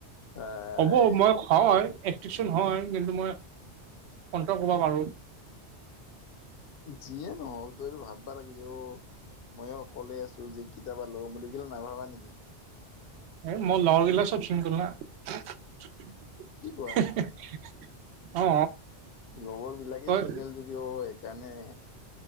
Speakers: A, on the left (about 65°); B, on the right (about 70°).
A: ভাই
B: হ'ব মই ঘই এট্ৰেকচন হয়, কিন্তু মই কণ্ট্ৰল কৰবা পাৰোঁ।
A: যিয়ে নহওক, তই এইটো ভাবিবা লাগি যে অ'। ময়ো অকলেই আছো, যি কিতা পালোঁ, লওঁ বুলি কিলে নাভাবা নেকি?
B: এ মই লাও বিলাক চব ছিংগল না <unintelligible>
A: কি কোৱা
B: অ।
A: লগৰ বিলাকেই
B: তই
A: চিংগল যদি অ এইকাৰণে।